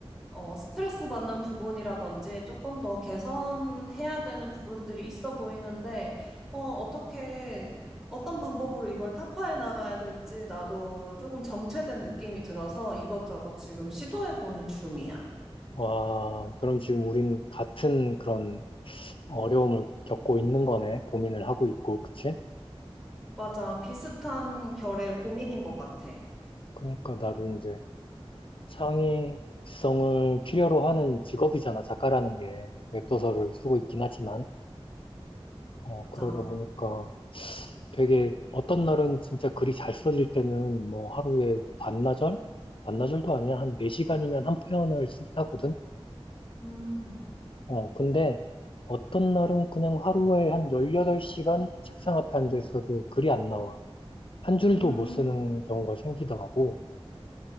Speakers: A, in the centre; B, on the left.
A: 어, 스트레스 받는 부분이라든지 조금 더 개선해야 되는 부분들이 있어 보이는데, 어, 어떻게, 어떤 방법으로 이걸 타파해 나가야 될지 나도 조금 정체된 느낌이 들어서 이것저것 지금 시도해 보는 중이야.
B: 와, 그럼 지금 우린 같은 그런 어려움을 겪고 있는 거네. 고민을 하고 있고, 그치?
A: 맞아. 비슷한 결의 고민인 것 같아.
B: 그니까 나도 이제 창의성을 필요로 하는 직업이잖아, 작가라는 게. 웹소설을 쓰고 있긴 하지만. 어,
A: 맞아.
B: 그러다 보니까 되게 어떤 날은 진짜 글이 잘 써질 때는 뭐 하루에 반나절? 반나절도 아니야. 한 4시간이면 한 편을 쓰긴 하거든.
A: 음,
B: 어, 근데 어떤 날은 그냥 하루에 한 18시간 책상 앞에 앉아 있어도 글이 안 나와. 한 줄도
A: 음.
B: 못 쓰는 경우가 생기더라고.